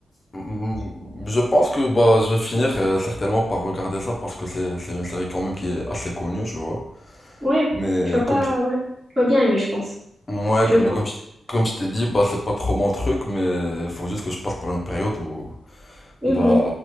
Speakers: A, on the left (about 30°); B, on the right (about 25°).
A: Mm, Je pense que bah, je vais finir euh, certainement par regarder ça parce que c'est c'est une série quand même qui est assez connue, tu vois.
B: Ouais,
A: Mais
B: tu vas pas,
A: comme,
B: ouais. Tu vas bien aimer, je pense.
A: ouais,
B: Je
A: comme-
B: pense.
A: mais comme, je- comme je t'ai dit, bah, c'est pas trop mon truc, mais faut juste que je passe par une période où
B: Mhm.
A: bah,